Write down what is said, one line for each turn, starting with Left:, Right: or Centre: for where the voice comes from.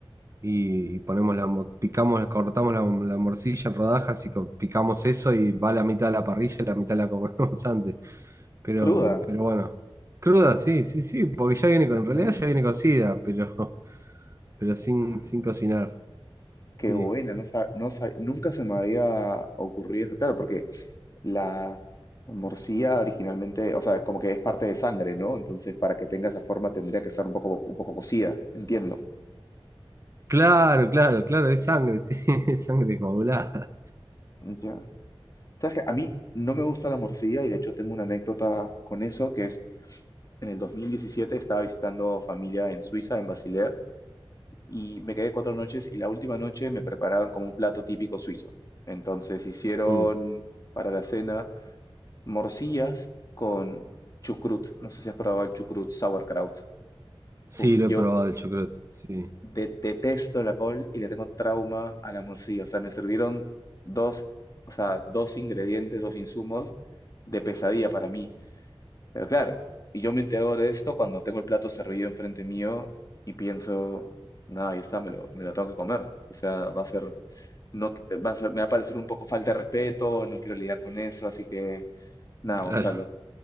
Right: y ponemos la, mo- picamos, cortamos la, la morcilla en rodajas y co- picamos eso y va la mitad a la parrilla y la mitad la comemos <laughs> antes. Pero,
Left: ¿Cruda?
Right: pero bueno, cruda, sí, sí, sí, porque ya viene con, en realidad
Left: No.
Right: ya viene cocida, pero, <laughs> pero sin,
Left: Ah,
Right: sin cocinar, sí.
Left: qué buena, no sab- no sab- nunca se me había ocurrido eso, claro, porque la morcilla originalmente, o sea, como que es parte de sangre, ¿no? Entonces, para que tenga esa forma tendría que estar un poco, un poco cocida, entiendo.
Right: Claro, claro, claro, es sangre, sí, <laughs> es sangre coagulada.
Left: Ya. ¿Sabes qué? A mí no me gusta la morcilla y de hecho tengo una anécdota con eso, que es en el 2017 estaba visitando familia en Suiza, en Basilea, y me quedé cuatro noches y la última noche me prepararon como un plato típico suizo. Entonces hicieron
Right: Mm.
Left: para la cena morcillas con chucrut. No sé si has probado el chucrut sauerkraut.
Right: Sí,
Left: Uf,
Right: lo
Left: yo
Right: he probado el chocrot, sí,
Left: de- detesto la col y le tengo trauma a la morcilla. O sea, me sirvieron dos, o sea, dos ingredientes, dos insumos de pesadilla para mí. Pero claro, y yo me entero de esto cuando tengo el plato servido enfrente mío y pienso, nada, ahí está, me lo, me lo tengo que comer. O sea, va a ser, no, va a ser, me va a parecer un poco falta de respeto, no quiero lidiar con eso, así que nada,
Right: claro.
Left: Gonzalo,